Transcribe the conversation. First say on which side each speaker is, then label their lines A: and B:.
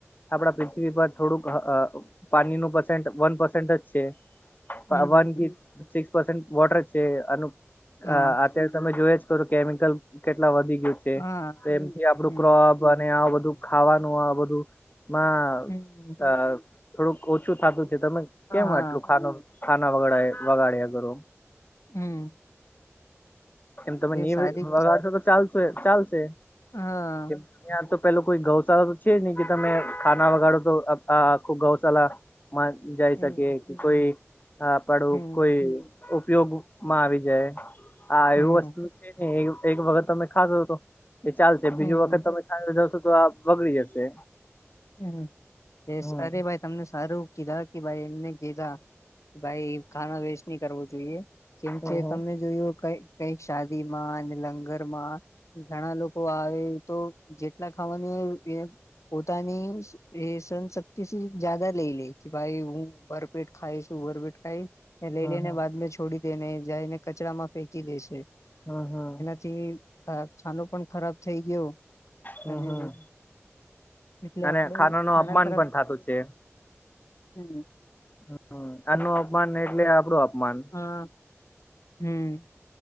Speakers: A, on the left (about 40°); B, on the left (about 85°).
A: આપડા પૃથ્વી પર થોડુંક અ પાની નું પસેન્ટ વન પસેન્ટ જ છે.
B: હમ
A: વન ફીફત સિક્સ પસેન્ટ વોટર જ છે અનુપ
B: હા
A: અ અત્યારે તમે જોય જ કરો કેમિકલ કેટલા વધી ગયું છે.
B: હા
A: તો એમથી આપડું
B: હમ
A: ક્રોપ વને આ બધું ખાવાનું આ બધું માં
B: હમ
A: અ થોડુંક ઓછું થાતું છે તમે
B: હા
A: કેમ આટલું ખાનો ખાના વગડાય વગાડ્યા કરો.
B: હું.
A: એમ તમે નિવી
B: સારી
A: વગાડશો તો ચાલશો એ ચાલશે.
B: હા.
A: ત્યાં તો પેલો કોઈ ગૌશાળા તો છે નઈ કે તમે ખાના વગાડો તો અપ આખું ગૌશાલા માં જઈ
B: હમ
A: શકે કોઈ અ પાડું
B: હમ
A: કોઈ ઉપયોગ માં આવી જાય. હા
B: હમ
A: એવું વસ્તુ છે ને એક વખત તમે ખાધો તો એ ચાલશે. બીજુ
B: હમ
A: વખત તમે <inaudible> તો આ બગડી જશે.
B: હું દેશ
A: હમ
B: અરે ભાઈ. તમને સારું કીધા કે ભાઈ એમને કીધા કે ભાઈ ખાના વેસ્ટ ની કરવો જોઈએ. કેમ
A: હમ
B: કે
A: હમ
B: તમે જોયું કઇ કઈક શાદી માં ને લંગર માં ઘણા લોકો આવે તો જેટલા ખાવાની હોય એવું ઓપિયે મ. તનીશ. એ સન શક્તિથી જાદા લઈ લે ભાઈ હું ભરપેટ ખાઈશું ભરપેટ ખાઈશ. લઈ
A: હમ
B: લઈને
A: હમ
B: બાદ છોડી દે ને જાયને કચરામાં ફેંકી દેશે.
A: હમ હમ.
B: થી ખાનો પણ ખરાબ થઈ ગયો,
A: હમ
B: અને
A: હમ
B: એટલે
A: અને
B: આપડે
A: ખાનાનું
B: ખાના
A: અપમાન
B: ખરાબ
A: પણ થાતું છે.
B: હમ
A: <inaudible> આનું અપમાન એટલે આપડું અપમાન,
B: હા હું.